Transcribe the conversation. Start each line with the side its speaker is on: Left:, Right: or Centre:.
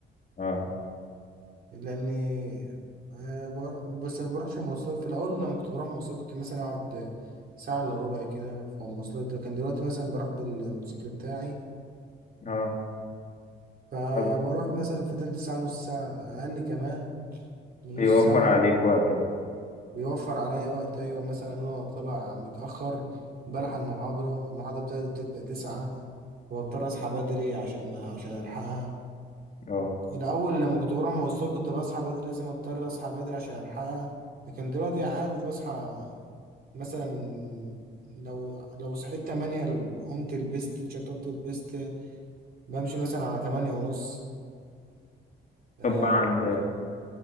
Left: اه
Right: لأني آه، بر- بس ما بروحش مواصلات في الأول لما كنت بروح مواصلات كنت مثلا أقعد ساعة إلا ربع كده في المواصلات ده كان دلوقتي مثلا بروح بالموتوسيكل بتاعي
Left: اه
Right: فبروح
Left: طب
Right: مثلا في تلت ساعة نص ساعة أقل كمان من
Left: بيوفر
Right: نص ساعة
Left: عليك وقت بقى
Right: بيوفر عليا وقت أيوة مثلا أنا طالع متأخر بلحق المحاضرة المحاضرة بتاعتي بتبدأ تسعة واضطر اصحى بدري عشان عشان الحقها
Left: اه
Right: الأول لما كنت بروح مواصلات كنت بصحى بدري لازم أضطر أصحى بدري عشان ألحقها لكن دلوقتي عادي بصحى مثلا لو لو صحيت تمانية ال- قمت لبست اتشطبت لبست بمشي مثلا على تمانية ونص أو
Left: طب بعد